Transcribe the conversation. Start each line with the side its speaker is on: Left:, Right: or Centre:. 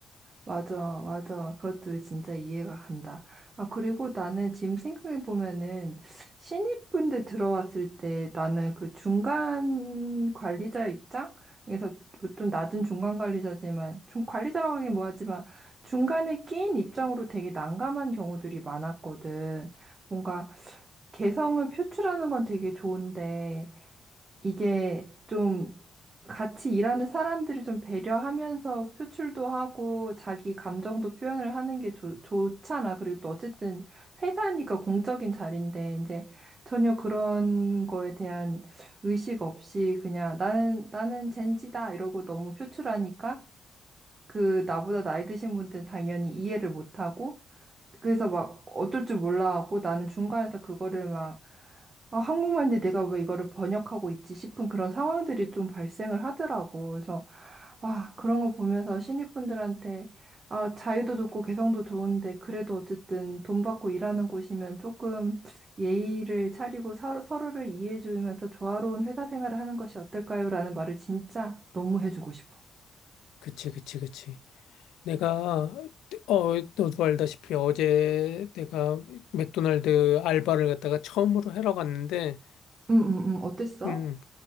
Right: 맞아, 맞아. 그것도 진짜 이해가 간다. 아, 그리고 나는 지금 생각해 보면은 신입분들 들어왔을 때 나는 그 중간 관리자 입장에서 뭐 좀 낮은 중간 관리자지만 좀 관리자라고 하긴 뭐하지만 중간에 끼인 입장으로 되게 난감한 경우들이 많았거든. 뭔가 개성을 표출하는 건 되게 좋은데 이게 좀 같이 일하는 사람들을 좀 배려하면서 표출도 하고 자기 감정도 표현을 하는 게 좋, 좋잖아. 그리고 또 어쨌든 회사니까 공적인 자리인데 이제 전혀 그런 거에 대한 의식 없이 그냥 나는 나는 젠지다 이러고 너무 표출하니까 그 나보다 나이 드신 분들은 당연히 이해를 못 하고 그래서 막 어쩔 줄 몰라하고 나는 중간에서 그거를 막 아, 한국말인데 내가 왜 이거를 번역하고 있지 싶은 그런 상황들이 좀 발생을 하더라고. 그래서 아, 그런 걸 보면서 신입분들한테 아, 자유도 좋고 개성도 좋은데 그래도 어쨌든 돈 받고 일하는 곳이면 조금 예의를 차리고 서, 서로를 이해해 주면서 조화로운 회사 생활을 하는 것이 어떨까요? 라는 말을 진짜 너무 해주고 싶어.
Left: 그치, 그치, 그치. 내가, 어, 너도 알다시피 어제 내가 맥도날드 알바를 갖다가 처음으로 하러 갔는데,
Right: 음, 음, 음. 어땠어?
Left: 음,